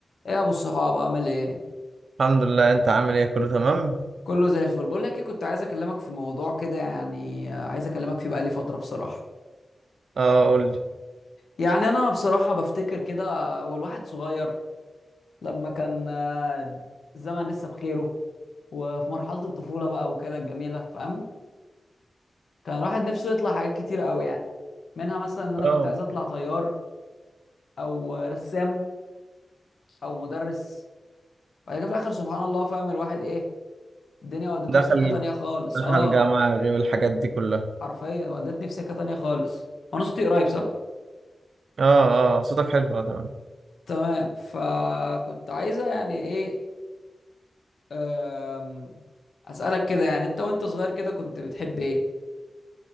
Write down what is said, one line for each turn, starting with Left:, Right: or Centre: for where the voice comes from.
Left: ايه يا ابو الصحاب عامل ايه
Right: الحمد لله انت عامل ايه كله تمام
Left: كله زي الفل بقول لك ايه كنت عايز اكلمك في موضوع كده يعني عايز اكلمك فيه بقالي فتره بصراحه
Right: اه قول لي
Left: يعني انا بصراحه بفتكر كده والواحد صغير لما كان آه، الزمن لسه بخيره وفي مرحله الطفوله بقى وكده الجميله فاهم كان الواحد نفسه يطلع حاجات كتير قوي يعني منها مثلا ان انا
Right: اه
Left: كنت عايز اطلع طيار او رسام او مدرس بعد كده في الاخر سبحان الله فاهم الواحد ايه الدنيا ودته
Right: دخل
Left: في سكه تانية خالص
Right: دخل
Left: اه
Right: جامعة غير الحاجات دي كلها
Left: حرفيا ودتني في سكة تانية خالص انا صوتي قريب صح
Right: اه اه صوتك حلو اه تمام
Left: تمام فكنت عايزة يعني ايه أم، اسألك كده يعني انت وانت صغير كده كنت بتحب ايه